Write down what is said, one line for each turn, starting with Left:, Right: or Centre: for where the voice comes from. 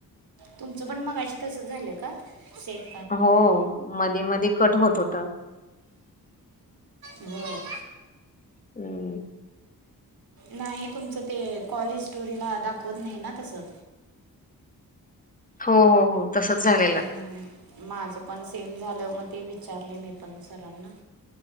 Right: तुमचं पण मगाशी तसं झालं का? सेट-
Left: हो. मधे मधे कट होत होता.
Right: हो.
Left: हम्.
Right: नाही. तुमचं ते कॉल स्टोरीला दाखवत नाही ना तसं.
Left: हो हो हो. तसच झालं.
Right: हम्. माझ पण सेम झालं. मग ते विचारले मी पण सरांना.